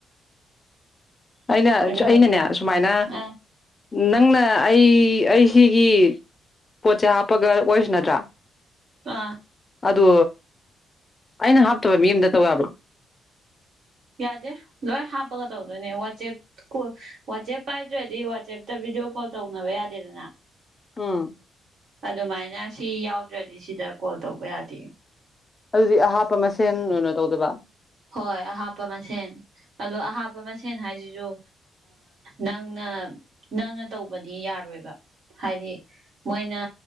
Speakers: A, on the left; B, on the right.
A: ꯑꯩꯅ
B: ꯑꯗꯣ
A: ꯑꯩꯅꯅꯦ ꯁꯨꯃꯥꯏꯅ
B: ꯑꯥ
A: ꯅꯪꯅ ꯑꯩ ꯑꯩ ꯁꯤꯒꯤ ꯄꯣꯠꯁꯦ ꯍꯥꯞꯄꯒ ꯋꯥꯔꯤ ꯁꯅꯗꯔꯥ
B: ꯑꯥ
A: ꯑꯗꯨ ꯑꯩꯅ ꯍꯥꯞꯇꯕ ꯃꯤ ꯑꯃꯗ ꯇꯧ ꯋꯥꯕ꯭ꯔꯣ
B: ꯌꯥꯗꯦ ꯂꯣꯏ ꯍꯥꯞꯄꯒ ꯇꯧꯗꯣꯏꯅꯦ ꯋꯥꯆꯦꯞ ꯋꯥꯆꯦꯞ ꯄꯥꯏꯗ꯭ꯔꯗꯤ ꯋꯥꯆꯦꯞꯇ ꯚꯤꯗꯤꯑꯣ ꯀꯣꯜ ꯇꯧꯅꯕ ꯌꯥꯗꯦꯗꯅ
A: ꯑꯥ
B: ꯑꯗꯨꯃꯥꯏꯅ ꯁꯤ ꯌꯥꯎꯗ꯭ꯔꯗꯤ ꯁꯤꯗ ꯀꯣꯜ ꯇꯧꯕ ꯌꯥꯗꯦ
A: ꯑꯗꯨꯗꯤ ꯑꯍꯥꯞꯄ ꯃꯁꯦꯟ ꯀꯩꯅꯣ ꯇꯧꯗꯕ
B: ꯍꯣꯏ ꯑꯍꯥꯞꯄ ꯃꯁꯦꯟ ꯑꯗꯣ ꯑꯍꯥꯞꯄ ꯃꯁꯦꯟ ꯍꯥꯏꯁꯤꯁꯨ ꯅꯪꯅ ꯅꯪꯅ ꯇꯧꯕꯗꯤ ꯌꯥꯔꯣꯏꯕ ꯍꯥꯏꯗꯤ ꯃꯣꯏꯅ